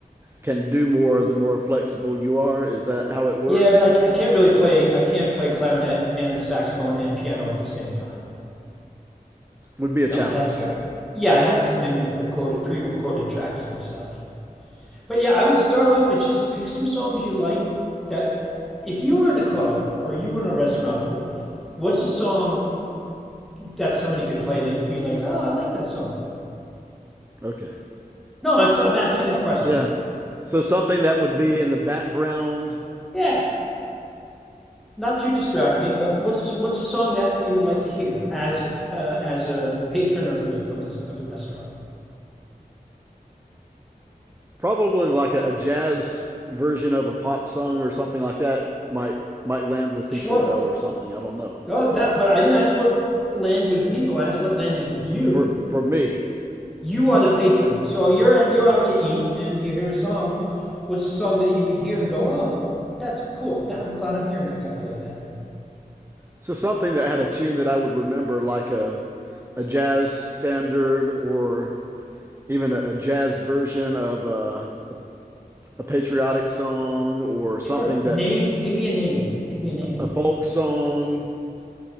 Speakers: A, on the right; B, in the centre.
A: can do more the more flexible you are. Is that how it works?
B: Yeah, but I, I can't really play. I can't play clarinet and saxophone and piano at the same time.
A: Would be a
B: You
A: challenge.
B: know, I'd have to. co- Yeah, I'd have to come in with recorded pre recorded tracks and stuff. But yeah, I would start off with just pick some songs you like that if you were in a club or you were in a restaurant, what's a song that somebody could play that you'd be like, "Oh, I like that song."
A: Okay.
B: No, it's, I'm asking that question.
A: Yeah. So something that would be in the background,
B: Yeah, not too distracting, but what's a, what's a song that you would like to hear as uh, as a patron of the of the of the restaurant?
A: probably like a, a jazz version of a pop song or something like that might might land with
B: Sure.
A: people well or something. I don't know.
B: Oh, that. But I didn't ask what landed with people. I asked what landed with you.
A: For for me.
B: You are the patron. So you're you're out to eat and you hear a song. What's a song that you would hear and go, "Oh, that's cool. That, I'm glad I'm hearing that guy play that."
A: So something that had a tune that I would remember like a a jazz standard or even a, a jazz version of a, a, a patriotic song or something
B: Sure.
A: that's
B: Name. Give me a name. Give me a name.
A: a folk song.